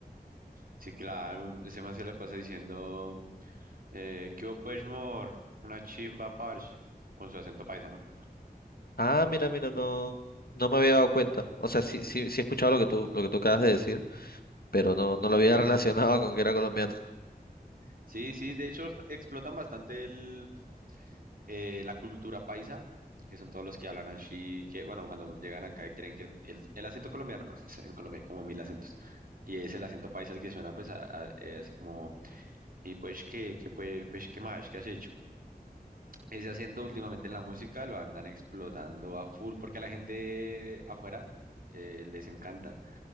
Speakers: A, on the right (about 60°); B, on the left (about 70°).
A: Sí, claro, ese man se la pasa diciendo, eh, ¿qué hubo, pues, mor? Una chimba, parche, con su acento paisano.
B: Ah, mira, mira, no, no me había dado cuenta. O sea, sí, sí, sí he escuchado lo que tú, lo que tú acabas de decir, pero no, no lo había <laughs> relacionado con que era colombiano.
A: Sí, sí, de hecho, explotan bastante el eh, la cultura paisa, que son todos los que hablan así, que bueno, cuando llegan acá y creen que el, el acento colombiano, no, <laughs> en Colombia hay como mil acentos, y es el acento paisa el que suena pues a- a- eh, así como, y pues qué, qué, pues, pues qué más, qué has hecho. Ese acento últimamente en la música lo andan explotando a full, porque a la gente afuera eh, les encanta.